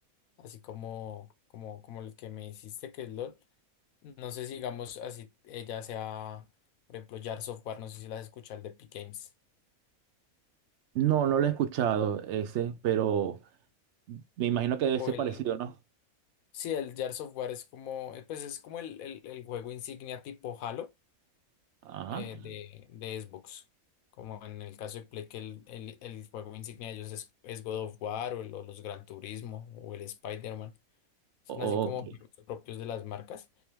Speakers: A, on the left; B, on the right.
A: así como, como, como el que me hiciste que es LOL. No sé si digamos así ella sea, por ejemplo, Jar Software, no sé si las escuchas, el de Epic Games.
B: No, no lo he escuchado ese, pero me imagino que debe
A: O
B: ser
A: el,
B: parecido, ¿no?
A: sí, el Jar Software es como, eh, pues es como el, el, el juego insignia tipo Halo,
B: Ajá.
A: eh, de, de Xbox. Como en el caso de Play, que el, el, el juego insignia de ellos es, es God of War o, el- o los Gran Turismo o el Spider-Man. Son
B: Ok.
A: así como juegos propios de las marcas,